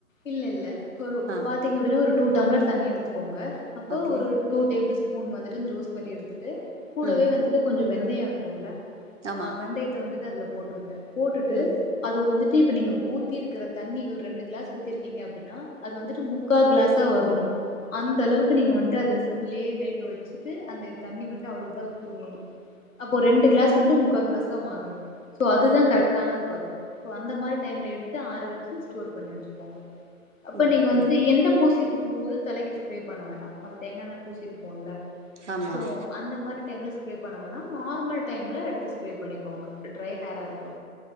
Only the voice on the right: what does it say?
ஆ
ஓகே
ம்
ஆமா
ம்
ஓகே
ஓகே
ஆமா